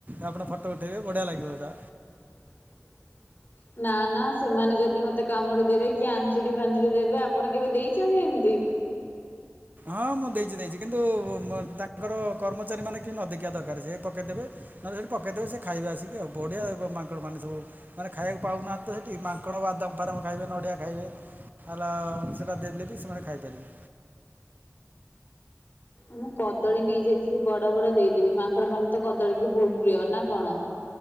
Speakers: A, on the right (about 40°); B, on the left (about 40°).
A: ଆପଣ ଫଟୋ ଉଠେଇବେ ବଢିଆ ଲାଗିବ ସେଟା।
B: <inaudible> ନା ନା ସେମାନେ ଯଦି ମତେ କାମୁଡି ଦେବେ କି ଆଞ୍ଚୁଡି ଫାଞ୍ଚୁଡି ଦେବେ ଆପଣ କେବେ ଦେଇଛନ୍ତି ଏମିତି? <inaudible>
A: ହଁ ମୁଁ ଦେଇଛି ଦେଇଛି କିନ୍ତୁ ତାଙ୍କର କର୍ମଚାରୀ ମାନେ କି ନ ଦେଖିବା ଦରକାର ସେ ପକେଇଦେବେ ନହେଲେ ସେଠି ପକେଇ ଦେବେ ସେ ଖାଇବେ ଆସିକି ଆଉ। ବଢ଼ିଆ ମାଙ୍କଡ଼ ମାନେ ସବୁ ମାନେ ଖାଇବାକୁ ପାଉନାହାନ୍ତି ତ ସେଠି ମାଙ୍କଡ଼ ବାଦାମ ଫାଦାମ୍ ଖାଇବେ ନଡ଼ିଆ ଖାଇବେ ହେଲା ସେଇଟା ଦେଇଦେଲେ ବି ସେମାନେ ଖାଇପାରିବେ।
B: ମୁଁ କଦଳୀ ନେଇଯାଇଥିବି ବଡ ବଡ ଦେଇଦେବି ମାଙ୍କଡ ମାନେ ତ କଦଳୀକୁ ବହୁତ ପ୍ରିୟ ନା କଣ?